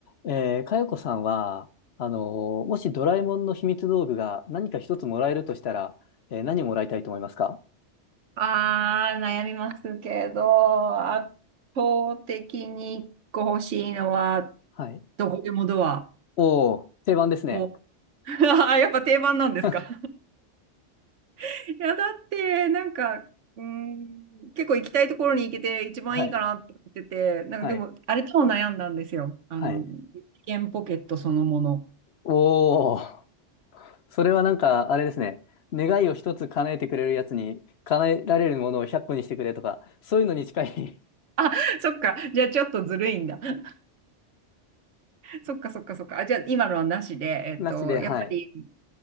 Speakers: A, on the left (about 65°); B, on the right (about 75°).
A: えー、かよこさんは、あのーもしドラえもんの秘密道具が何か一つもらえるとしたら、えー何もらいたいと思いますか
B: ああ、悩みますけど、圧倒的に一個欲しいのは、
A: はい。
B: どこでもドア
A: おー、定番ですね。
B: を。<laughs> あやっぱ定番なんですか。
A: <laughs>
B: <laughs> いや、だって、なんか、うーん、結構行きたいところに行けて一番いいかなって思ってて、
A: はい、
B: なんかでも、
A: はい、
B: あれとも悩んだんですよ。あの、
A: はい。
B: 一元ポケットそのもの。
A: おー、それはなんか、あれですね。願いを一つ叶えてくれるやつに、叶えられるものを100個にしてくれとか、そういうのに近い
B: <laughs> そっか、じゃあちょっとずるいんだ。<laughs> そっかそっかそっか。あ、じゃあ今のはなしで、
A: <laughs>
B: えっと、
A: なしで、
B: やっぱり
A: はい。